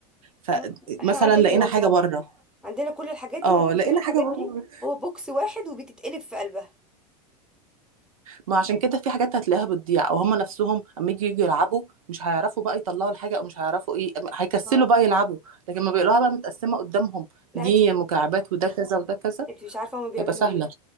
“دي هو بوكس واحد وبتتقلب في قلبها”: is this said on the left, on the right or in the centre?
Centre